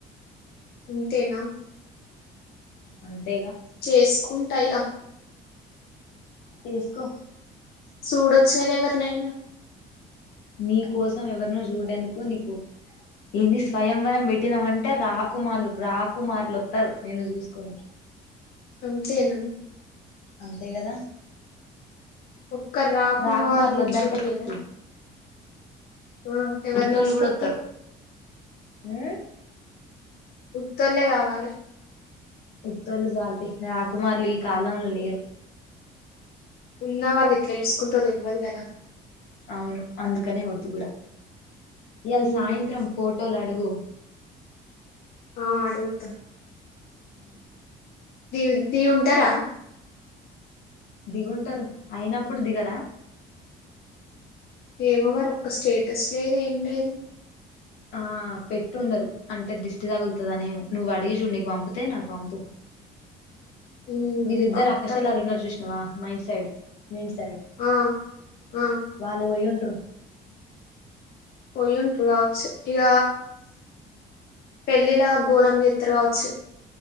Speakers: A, on the left; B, on the left.
A: ఆన్ తేనా
B: అంతేగా
A: చేసుకుంటా ఇగ
B: చేసుకో
A: సూడచ్చు గదా ఎవరినైనా
B: నీ కోసం ఎవరినో చూడ్డేందుకు నీకు ఇన్ని స్వయంవరం పెట్టినమం అంటే రాకుమాలురు రాకుమారులు ఒత్తరు నేను చూసుకోనికి
A: అ చేనా
B: అంతే కదా
A: ఒక్క రాకుమారిని
B: రాకుమార్లు వద్దంటే
A: చూపి
B: చెప్పు
A: ఎ ఆ ఎవరిని
B: ఉట్టోళ్ళు
A: తీస్కత్తవ్
B: కూడా వత్తరు ఉమ్
A: ఉత్తర్లే గావాలే
B: ఉత్తర్లు జాల్ తీ రాకుమార్లు ఈ కాలంలో లేరు
A: ఉన్న వాళ్ళు ఎట్ల చూస్కుంట్రో తెలియదు గదా
B: అవును అందుకనే ఓద్దు గుడా ఇవాళ
A: ఉమ్
B: సాయంత్రం ఫోటోలు అడుగు
A: ఆ అడుగుతా
B: ఉ
A: దీ ద ఉంటారా
B: దిగుంటారు అయినప్పుడు దిగరా
A: ఏమో మరి ఒక్క స్టేటస్ లేదు ఏం లేదు
B: ఆ పెట్టుండరు అంటే దిష్టి తగులుతుందనేో నువ్వు అడిగి చూడుకు పంపితే నాకు పంపు
A: ఉమ్
B: వీళ్ళిద్దరు
A: పంపుతా
B: అకాశలాలు ఉన్నారు చృష్ణవా మైండ్ సైడ్ వింటసాడు
A: ఆ ఆ
B: వాళ్ళు పో్య కుట్ర
A: పోయంటారు కావచ్చు ఇక పెళ్ళిలా దూరం చేతారు కావచ్చు